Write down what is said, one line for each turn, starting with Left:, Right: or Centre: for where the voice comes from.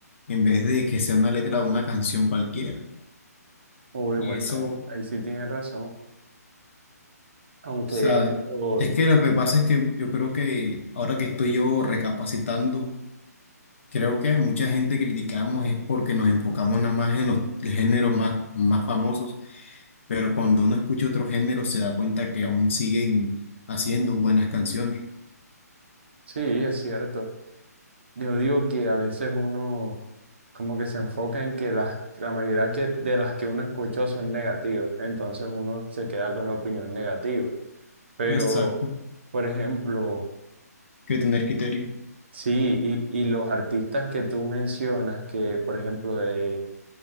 Left: en vez de que sea una letra de una canción cualquiera.
Right: Uy,
Left: Y
Right: bueno,
Left: eso,
Right: ahí,
Left: o
Right: ahí sí tienes razón. Aunque
Left: sea,
Right: oh,
Left: es que lo que pasa es que yo creo que ahora que estoy yo recapacitando, Creo que mucha gente criticamos es porque nos enfocamos nada más en los géneros más, más famosos, pero cuando uno escucha otro género se da cuenta que aún siguen haciendo buenas canciones.
Right: sí, es cierto. Yo digo que a veces uno como que se enfoca en que las, la mayoría que, de las que uno escuchó son negativas. Entonces uno se queda con la opinión negativa. Pero,
Left: Exacto,
Right: por ejemplo,
Left: que tener criterio.
Right: sí, y, y los artistas que tú mencionas, que por ejemplo de,